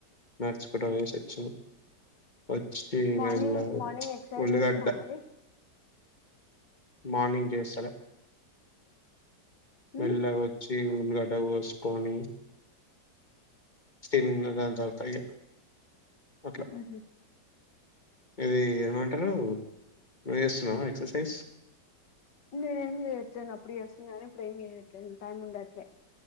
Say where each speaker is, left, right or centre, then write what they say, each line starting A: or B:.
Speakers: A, on the left; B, on the left.
A: నడుచుకుంట పోయేసి వచ్చిన వచ్చి
B: మార్నింగ్
A: మెల్లగా
B: మార్నింగ్ ఎక్సర్సైజ్
A: ఉల్లిగడ్డ
B: చేస్తున్నావ మరి
A: మార్నింగ్ చేస్తలే
B: ఉమ్
A: మెల్లగా వచ్చి ఈ ఉల్లిగడ్డ కోసుకొని తిన్నగా అంతవరకు పైగా అట్ల
B: ఉహు
A: ఇది ఏమంటారు నువ్వు చేస్తున్నావ ఎక్సర్సైజ్
B: నేను ఏమి చెయ్యట్లే అప్పుడు చేస్తూ గని ఇప్పుడు ఏమి చేయట్లేదు టైమ్ ఉండట్లే